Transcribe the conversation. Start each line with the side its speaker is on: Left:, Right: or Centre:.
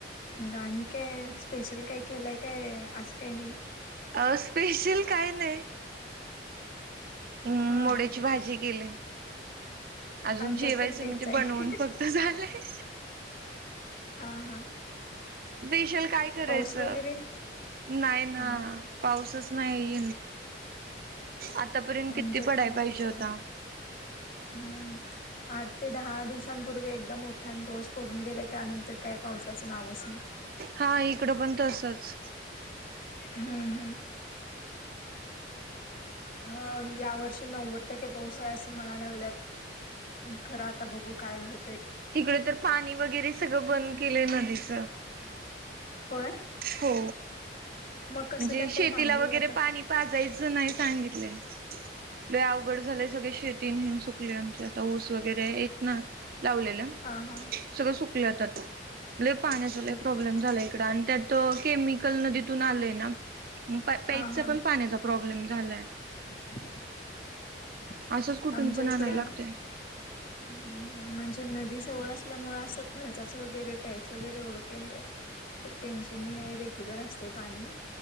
Left: मग आणि काय स्पेशल काय केलंय काय असं काय नाही.
Right: अ स्पेशल काय नाही. म्
Left: हा
Right: मोडीची
Left: हा
Right: भाजी केली. अजून
Left: आमच्यात
Right: जेवायच
Left: पण
Right: म्हणजे
Left: तेच आहे
Right: बनवून फक्त झालंय.
Left: हा हा.
Right: स्पेशल काय करायचं
Left: पाऊस वगैरे
Right: नाही ना
Left: हा
Right: पाऊसच नाही आतापर्यंत किती
Left: आमच्यात
Right: पडाय
Left: पण
Right: पाहिजे
Left: ते चाल
Right: होता
Left: हम्म. आठ ते दहा दिवसांपूर्वी एकदम मोठाण पाऊस पडून गेला त्यानंतर काय पावसाचं नावच नाही.
Right: हा इकडं पण तसच.
Left: हम् हम ह या वर्षी नव्वद टक्के पाऊस आहे असं म्हणायला लागल्यात. खरं आता बघू काय होत.
Right: तिकडे तर पाणी वगैरे सगळं बंद केलंय नदीच.
Left: होय
Right: हो
Left: मग कसं
Right: म्हणजे
Left: करताय
Right: शेतीला
Left: पाणी
Right: वगैरे
Left: आता
Right: पाणी पाजायचं नाही सांगितलंय. लय अवघड झालेय सगळे शेती हन सुकले आमच्या आता ऊस वगैरे आहेत ना. लावलेल
Left: हा हा
Right: सगळं सुकलंत आता लय पाण्याचा लय
Left: हो
Right: प्रॉब्लेम
Left: का?
Right: झाला इकडं आणि त्यात. तर केमिकल नदीतून आलंय ना मग प प्यायच्या
Left: हा हा
Right: पण पाण्याचा प्रॉब्लेम झालाय.
Left: <inaudible>
Right: असंच कुठून
Left: आमच्या
Right: पण
Left: इकडं
Right: आणाय लागतय.
Left: हम्म हम्म म्हणजे. ते नदी जवळ असल्यामुळे असं खर्चाचं वगैरे प्यायच वगैरे एवढं काही नाही. टेन्शन नाही आहे रेग्युलर असतंय पाणी.